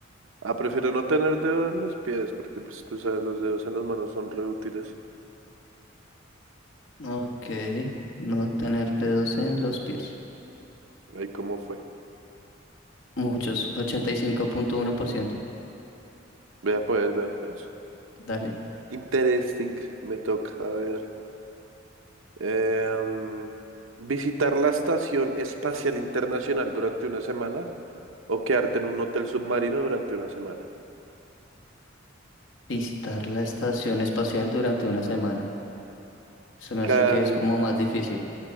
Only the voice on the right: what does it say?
Ah, prefiero no tener dedos en los pies porque pues tú sabes, los dedos en las manos son re útiles.
Ahí cómo fue.
Vea pues, vea pues.
Interesting, me toca, a ver. Em, visitar la Estación Espacial Internacional durante una semana o quedarte en un hotel submarino durante una semana.
Claro,